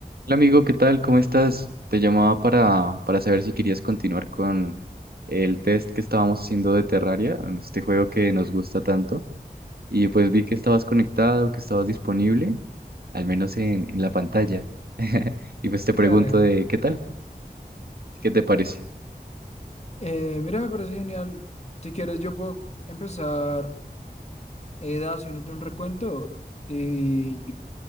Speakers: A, on the right; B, on the left.
A: Hola amigo, ¿qué tal? ¿Cómo estás? Te llamaba para, para saber si querías continuar con el test que estábamos haciendo de Terraria, este juego que nos gusta tanto. Y pues vi que estabas conectado, que estabas disponible, al menos en, en la pantalla. <laughs> Y pues te pregunto
B: Claro.
A: de qué tal, qué te parece.
B: Eh, mira, me parece genial. Si quieres, yo puedo empezar eh, haciéndote un recuento y,